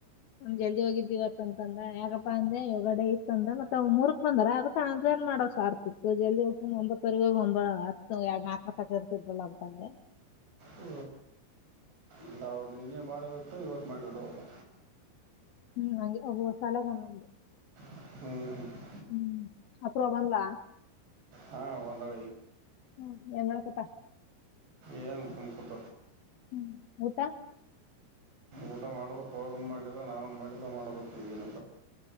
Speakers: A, on the left (about 65°); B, on the right (about 80°).
A: ನಮ್ ಜಲ್ದಿ ಹೋಗಿದ್ದಿವವತ್ತಂತಂದ ಯಗಪ್ಪ ಅಂದ್ರೆ ಒಗಡೆ ಇತ್ತಂದ ಮತ್ತ ಮೂರ್ಕ್ ಬಂದಾರ ಅದ್ರೆ ನ್ ಮಾಡೋ ಸಾರ್ತಿತ್ತು ಜಲ್ದಿ ಒಪ್ಪುನ್ ಒಂಬತ್ತವರೆಗ ಒ ಹತ್ತು ಎರಡ್ ನಾಲ್ಕರ ತಕ ಇರ್ತಿದ್ಲ್ಲ ಅಂತಂದೆ
B: ಹ ಇಲ್ಲ ಅವ್ರ ನೀನ್ನೇ ಮಾಡೋದತ್ತ ಇವತ್ತು ಮಾಡಿದ್ರ ಅವರು
A: ಹ್ಮ್ ಹಾಗೆ ಒಬ್ಬೊಬ ಸಲಗ ಒಂದಂಗೆ
B: ಹ್ಮ್
A: ಹ್ಮ್ ಅಪರ ಬನ್ಲ
B: ಹಾ ಒಂದಳ
A: ಹ್ಮ್ ಂಗಕ್ಕೆಪ್ಪಾ
B: ಏನು ತುಕೂಟ
A: ಹ್ಮ್ ಊಟಾ
B: ಊಟ ಮಾಡ್ಬೇಕು ಅವ್ರನ್ ಮಾಡಿಲ್ಲ ನಾವನ್ ಮಾಡಿಲ್ಲ ಮಾಡ್ಬೇಕು ಈ ಏನ